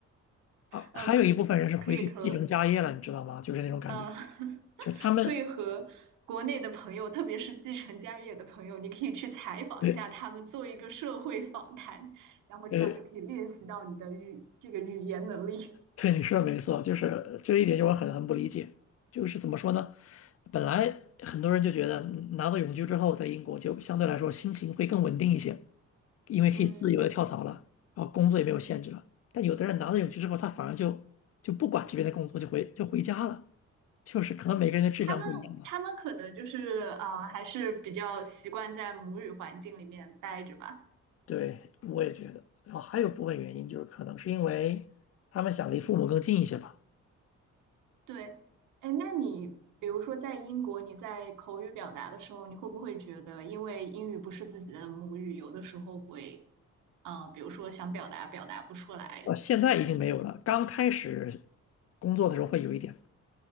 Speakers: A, on the left; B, on the right.
A: 啊，
B: 嗯，
A: 还有一部分人是回去继承家业了，
B: 可可以和
A: 你知道吗？就是那种感觉。
B: 嗯，<laughs>
A: 就是他们，
B: 可以和国内的朋友，特别是继承家业的朋友，你可以去采访一下他们，
A: 呃
B: 做一个社会访谈，然后这样就可以练习到你的语这个语言能力。
A: 呃，对，你说的没错，就是这一点就我很很不理解，就是怎么说呢？本来很多人就觉得拿到永居之后，在英国就相对来说心情会更稳定一些，因为可以自由的跳槽了，
B: 嗯，
A: 然后工作也没有限制了。但有的人拿到永居之后，他反而就就不管这边的工作，就回就回家了，就是可能每个人的志向不一样吧。
B: 他们他们可能就是啊，还是比较习惯在母语环境里面待着吧。
A: 对，我也觉得。然后还有部分原因就是可能是因为他们想离父母更近一些吧。
B: 对，哎，那你比如说在英国，你在口语表达的时候，你会不会觉得，因为英语不是自己的母语，有的时候会，啊、比如说想表达表达不出来，
A: 呃，现在已经没有了。刚开始工作的时候会有一点，